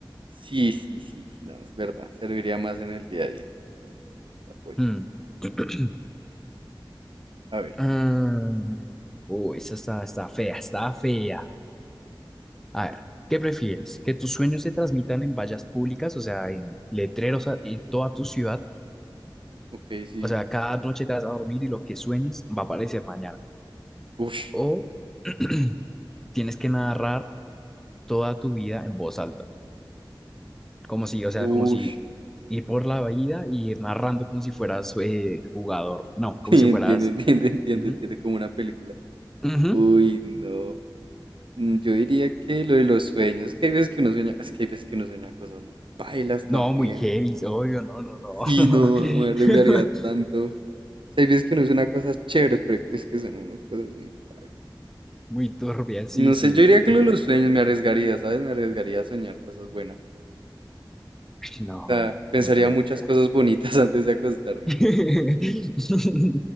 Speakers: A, on the right; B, in the centre.
A: Sí, sí, sí, sí, no, es verdad. Serviría más en el día a día. Sí, te apoyo.
B: Mm. <clears throat>
A: A ver,
B: Mm. Uy, esa está, está fea, está fea. A ver, ¿qué prefieres? ¿Que tus sueños se transmitan en vallas públicas, o sea, en letreros a- en toda tu ciudad?
A: ok, sí.
B: O sea, cada noche te vas a dormir y lo que sueñes va a aparecer mañana.
A: Uf,
B: O <clears throat> tienes que narrar toda tu vida en voz alta, como si, o sea,
A: uf.
B: como si
A: <laughs>
B: ir por la vida y ir narrando como si fueras eh, jugador, no, como
A: Sí,
B: si
A: entiende,
B: fueras...
A: entiende, entiende,
B: Ujú,
A: entiende como una película.
B: ujú.
A: Uy, no. Mm, Yo diría que lo de los sueños, que hay veces que uno sueña, es que hay veces que uno sueña cosas muy pailas también.
B: No, muy heavy, obvio, no, no, no.
A: Sí, no, no me arriesgaría
B: <laughs>
A: tanto. O sea, hay veces que uno sueña cosas chéveres, pero es que son uno cosas muy pailas.
B: Muy turbia, sí,
A: No
B: sí.
A: sé, yo diría
B: Entonces,
A: que lo de
B: no,
A: los sueños
B: no,
A: me arriesgaría, ¿sabes? Me arriesgaría a soñar cosas buenas.
B: no,
A: O sea,
B: no,
A: pensaría
B: yo no podría.
A: muchas cosas bonitas <laughs> antes de acostarme.
B: <laughs>